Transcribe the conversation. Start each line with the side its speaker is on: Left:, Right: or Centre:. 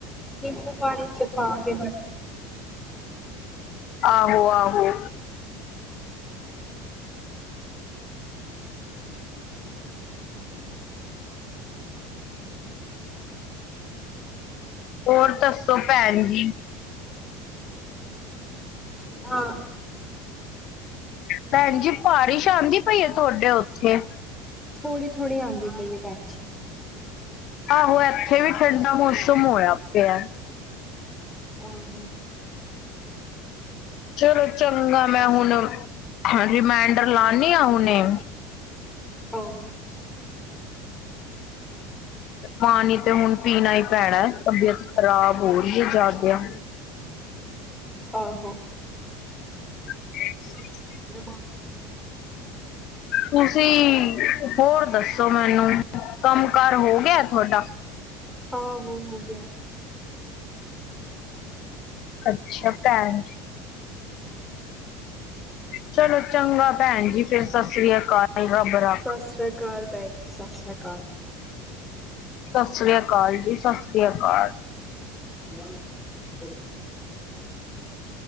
Centre: ਓ ਪਾਣੀ ਚ ਪਾ ਕੇ ਫੜ
Left: ਆਹੋ ਆਹੋ। ਹੋਰ ਦੱਸੋ ਭੈਨ ਜੀ?
Centre: ਹਾਂ
Left: ਭੈਣ ਜੀ, ਭਾਰਿਸ਼ ਆਂਦੀ ਪਈ ਏ ਤੁਆਡੇ ਓਥੇ
Centre: ਥੋੜੀ-ਥੋੜੀ ਆਂਦੀ ਪਈਏ, ਭੈਣ ਜੀ।
Left: ਆਹੋ, ਏਥੇ ਵੀ ਠੰਡਾ ਮੌਸਮ ਹੋਇਆ ਪੇਆ।
Centre: ਆਹੋ।
Left: ਚਲੋ ਚੰਗਾ ਮੈਂ ਹੁਣ, ਰੀਮੈਂਡਰ ਲਾਨੀ ਮੈਂ ਹੁਨੇ।
Centre: ਔਰ
Left: ਪਾਣੀ ਤੇ ਹੁਨ ਪੀਣਾ ਈ ਪੈਨੈ, ਤਬੀਅਤ ਖਰਾਬ ਹੋ ਰਿਐ ਜਾਦਾ।
Centre: ਆਹੋ।
Left: <inaudible>
Centre: <inaudible>
Left: ਤੁਸੀ ਹੋਰ ਦੱਸੋ ਮੇਨੂੰ ਕੰਮ-ਕਾਰ ਹੋ ਗਯਾ ਤੁਆਡਾ?
Centre: ਆਹ, ਹੋ ਗਯਾ।
Left: ਅੱਛਾ ਭੈਨ ਚਲੋ ਚੰਗਾ ਭੈਣ ਜੀ, ਫੇਰ ਸਸ ਸ੍ਰੀ ਕਾਲ। <unintelligible>
Centre: ਸਸ ਸ੍ਰੀ ਅਕਾਲ ਭੈਣ ਜੀ, ਸਸ ਸ੍ਰੀ ਅਕਾਲ।
Left: ਸਸ ਸ੍ਰੀ ਅਕਾਲ ਜੀ, ਸਸਸ੍ਰੀ ਅਕਾਲ।
Centre: <inaudible>